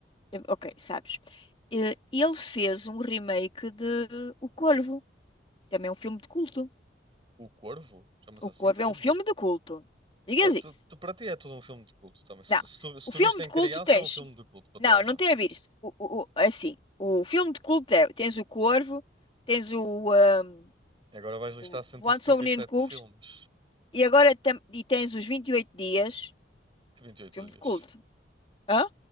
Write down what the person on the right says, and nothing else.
O Corvo, chama-se
assim
o filme.
Ah, tu,
tu- para ti é tudo um filme de culto também. Se,
se tu, se
tu
viste
em
criança,
é um filme de culto para
toda a gente.
E agora vais listar
177
filmes.
Que 28
dias.